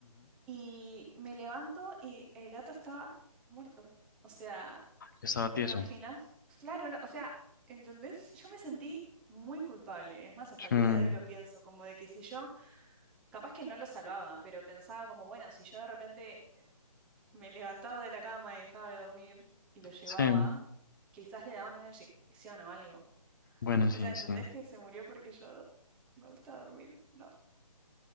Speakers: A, in the centre; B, on the left.
A: y me levanto y el gato estaba muerto. O sea,
B: Yo estaba tieso.
A: ¿Te imaginas? Claro, no, o sea, ¿entendés? Yo me sentí muy culpable. Es más, hasta
B: Sí.
A: el día de hoy lo pienso, como de que si yo, capaz que no lo salvaba, pero pensaba como, bueno, si yo de repente me levantaba de la cama y dejaba de dormir y lo llevaba,
B: Sí.
A: quizás le daban una inyección o algo.
B: Bueno,
A: O
B: sí,
A: sea, ¿entendés
B: sí.
A: que se murió porque yo me gusta dormir? No.